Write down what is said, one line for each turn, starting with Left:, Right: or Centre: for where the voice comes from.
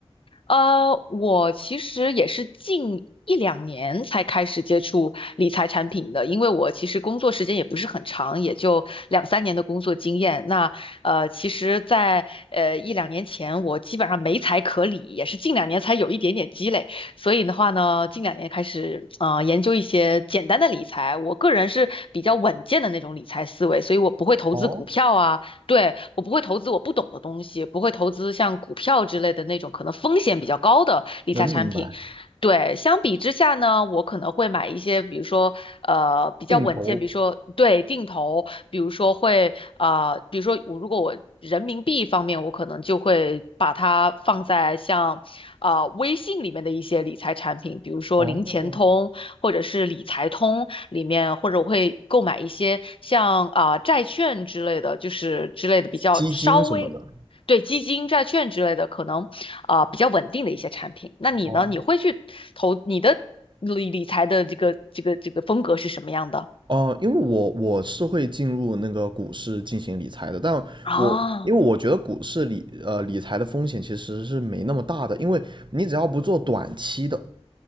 Left: 呃，我其实也是近一两年才开始接触理财产品的，因为我其实工作时间也不是很长，也就两三年的工作经验。那呃，其实在，呃一两年前，我基本上没财可理，也是近两年才有一点点积累。所以的话呢，近两年开始呃研究一些简单的理财。我个人是比较稳健的那种理财思维，所以我不会投资股票啊。
Right: 哦
Left: 对，我不会投资我不懂的东西，不会投资像股票之类的那种可能风险比较高的理财产品。
Right: 能明白，
Left: 对，相比之下呢，我可能会买一些，比如说呃比较稳健，
Right: 定投、
Left: 比如说对定投，比如说会呃，比如说我如果我人民币方面，我可能就会把它放在像呃微信里面的一些理财产品，比如说零钱通或者是理财通里面，
Right: 哦
Left: 或者我会购买一些像啊、呃债券之类的，就是之类的比较稍微
Right: 基金什么的。
Left: 对基金、债券之类的可能啊、呃比较稳定的一些产品。那你呢？
Right: 哦。
Left: 你会去投你的理理财的这个这个这个风格是什么样的？
Right: 哦，因为我我是会进入那个股市进行理财的，但我因为我觉得股市理呃理财的风险其实是没那么大的，
Left: 啊，
Right: 因为你只要不做短期的